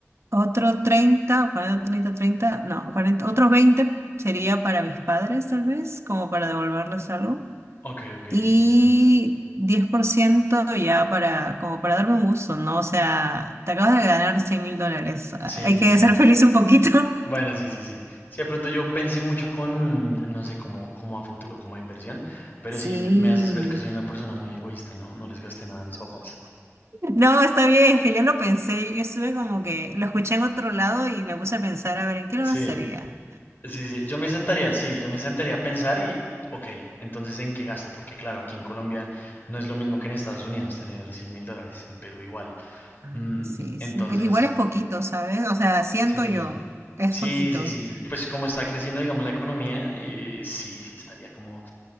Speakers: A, on the right; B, on the left.
A: otro 30, 40 30 30 no, 40 otros 20 sería para mis padres tal vez, como para devolverles algo.
B: ok, ok,
A: Y
B: sí tiene sentido.
A: 10% ya para, como para darme un gusto, ¿no? O sea, te acabas de ganar 100 mil dólares, hay
B: Sí, sí,
A: que
B: sí.
A: ser feliz un poquito. <laughs>
B: Bueno, sí, sí, sí. Sí, de pronto yo pensé mucho con, no sé, como, como a futuro, como a inversión, pero
A: Sí.
B: sí, me, me haces ver que soy una persona muy egoísta y no, no les gasté nada a mis papás.
A: No, está bien, es que yo lo pensé, yo estuve como que lo escuché en otro lado y me puse a pensar, a ver, ¿en qué lo
B: Sí,
A: gastaría?
B: sí, sí. Yo me sentaría, sí, yo me sentaría a pensar y, ok, entonces ¿en qué gasto? Porque claro, aquí en Colombia no es lo mismo que en Estados Unidos tener 100 mil dólares, en Perú igual.
A: Ah,
B: Mm,
A: Sí,
B: entonces,
A: sí, pero igual es poquito, ¿sabes? O sea, siento
B: sí,
A: yo, es
B: Sí,
A: poquito.
B: sí, sí. Pues como está creciendo, digamos, la economía, eh, sí, sí, estaría como,